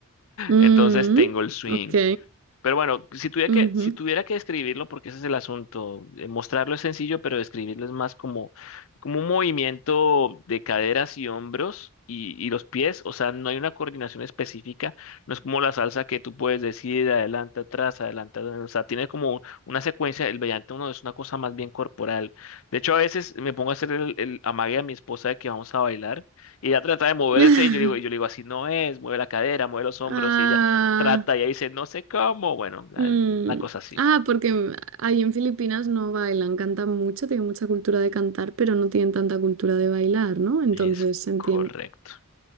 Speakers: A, on the right; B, on the left.
A: Mm,
B: Entonces tengo el swing.
A: ok.
B: Pero bueno, si tuviera
A: ujú.
B: que, si tuviera que describirlo, porque ese es el asunto, eh, mostrarlo es sencillo, pero describirlo es más como, como un movimiento de caderas y hombros y, y los pies, o sea, no hay una coordinación específica, no es como la salsa que tú puedes decir adelante, atrás, adelante, adelante, o sea, tiene como una secuencia, el vellante uno es una cosa más bien corporal. De hecho, a veces me pongo a hacer el, el amague a mi esposa de que vamos a bailar y ella trata de moverse
A: <laughs>
B: y yo digo, y yo le digo, así no es, mueve la cadera, mueve los hombros
A: Ah,
B: y ella trata y ahí dice, no sé cómo. Bueno, la,
A: mm,
B: la cosa así.
A: ah, porque ahí en Filipinas no bailan, cantan mucho, tienen mucha cultura de cantar, pero no tienen tanta cultura de bailar, ¿no? Entonces
B: Es
A: se entiende.
B: correcto.